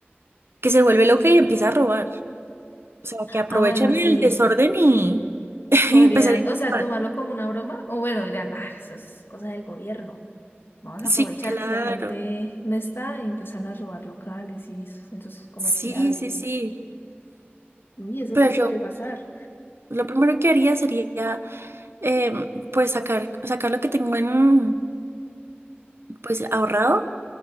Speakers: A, on the right; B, on the left.
A: que se vuelve loca y empieza a robar, o sea, que aprovechan
B: Ah, bueno, sí,
A: el desorden y, <laughs>
B: podrían,
A: y empezarían
B: o sea,
A: a
B: tomarlo
A: robar.
B: como una broma, o bueno, dirán, ah, eso es cosa del gobierno. Vamos a
A: Sí,
B: aprovechar
A: claro,
B: que la gente no está y empiezan a robar locales y sus centros comerciales.
A: sí, sí, sí,
B: Y eso
A: pero
B: sí podría
A: yo...
B: pasar.
A: Lo primero que haría sería, em, pues, sacar, sacar lo que tengo en, pues, ahorrado.